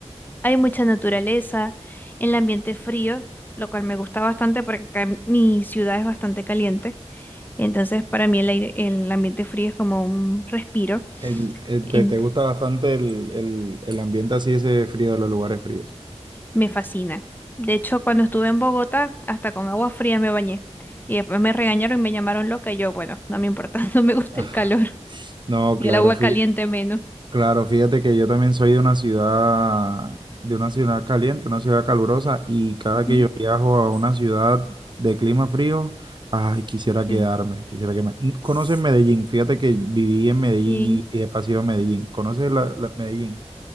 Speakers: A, on the left; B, on the right.
A: Hay mucha naturaleza, el ambiente es frío, lo cual me gusta bastante porque acá en mi ciudad es bastante caliente. Entonces, para mí el aire, el ambiente frío es como un respiro.
B: El, el-
A: ent-
B: te, te gusta bastante el, el, el ambiente así, ese frío de los lugares fríos.
A: me fascina. De hecho, cuando estuve en Bogotá, hasta con agua fría me bañé. Y después me regañaron y me llamaron loca y yo, bueno, no me importa, <laughs> no me gusta
B: <laughs>
A: el calor
B: No,
A: y
B: claro,
A: el agua
B: fí-
A: caliente menos.
B: Claro, fíjate que yo también soy de una ciudad, de una ciudad caliente, una ciudad calurosa, y cada
A: Ujú.
B: que yo viajo a una ciudad de clima frío, ay, quisiera quedarme,
A: Sí.
B: quisiera que me... ¿Conoces
A: S-
B: Medellín? Fíjate que viví en Medellín
A: ok.
B: y, y he pasado a Medellín. ¿Conoces la, la- Medellín?